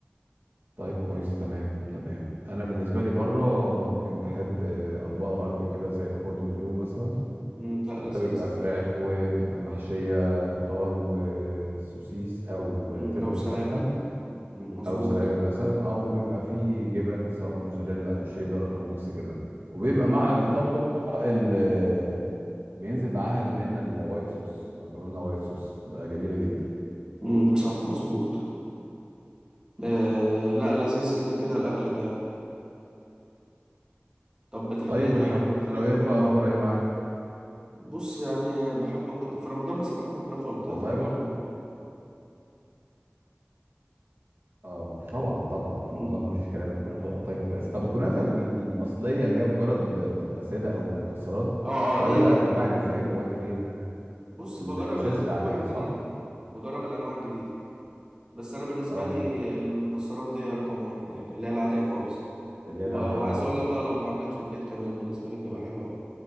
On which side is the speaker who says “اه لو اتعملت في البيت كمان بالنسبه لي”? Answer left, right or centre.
Right